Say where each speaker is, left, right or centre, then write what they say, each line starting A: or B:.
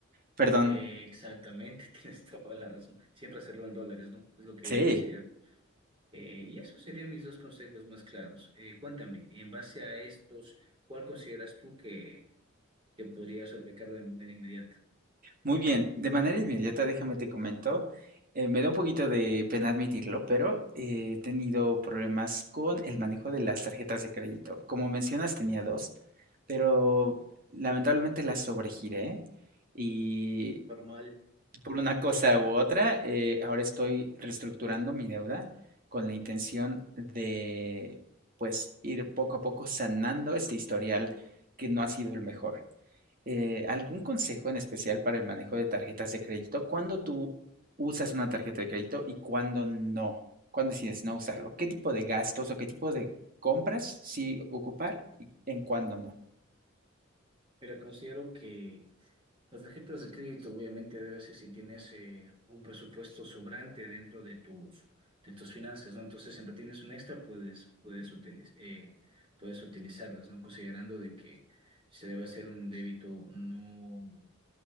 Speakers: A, on the right (about 45°); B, on the right (about 25°).
A: Perdón,
B: eh, exactamente, <laughs> tienes toda la razón. Siempre hacerlo en dólares, ¿no? Es lo que
A: sí.
B: yo considero. Eh, y esos serían mis dos consejos más claros. Eh, cuéntame, en base a estos, ¿cuál consideras tú que, que podrías aplicarlo de manera inmediata?
A: Muy bien, de manera inmediata déjame te comento,
B: Ya.
A: eh, me da un poquito de pena admitirlo, pero eh, he tenido problemas con el manejo de las tarjetas de crédito. Como mencionas, tenía dos, pero lamentablemente las sobregiré y
B: Normal.
A: por una cosa u otra, eh, ahora estoy reestructurando mi deuda con la intención de, pues, ir poco a poco sanando este historial que no ha sido el mejor. Eh, ¿algún consejo en especial para el manejo de tarjetas de crédito? ¿Cuándo tú usas una tarjeta de crédito y cuándo no? ¿Cuándo decides no usarlo? ¿Qué tipo de gastos o qué tipo de compras sí ocupar y en cuándo no?
B: Pero considero que las tarjetas de crédito obviamente debe ser si tienes eh, un presupuesto sobrante dentro de tus, de tus finanzas, ¿no? Entonces, siempre tienes un extra, puedes, puedes, utiliz- eh, puedes utilizarlas, ¿no? Considerando de que se debe hacer un débito no